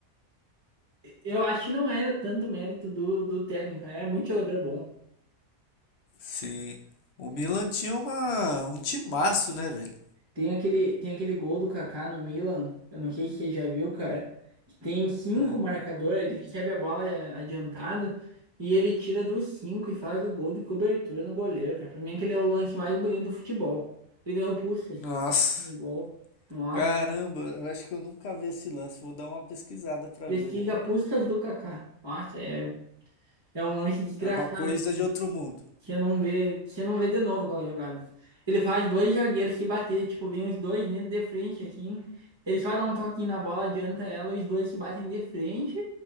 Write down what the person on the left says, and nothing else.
se o Milan tinha uma um timaço, né, velho?
É.
Nossa,
caramba, eu acho que eu nunca vi esse lance. Vou dar uma pesquisada pra
ver, velho.
É uma coisa
de outro mundo.